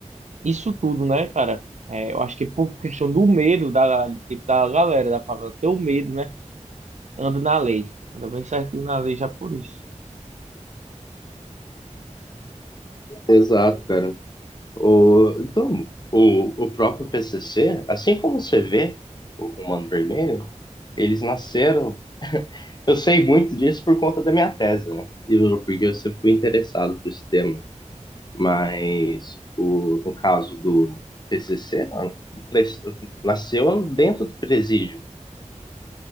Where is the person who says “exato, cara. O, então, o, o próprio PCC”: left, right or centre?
Left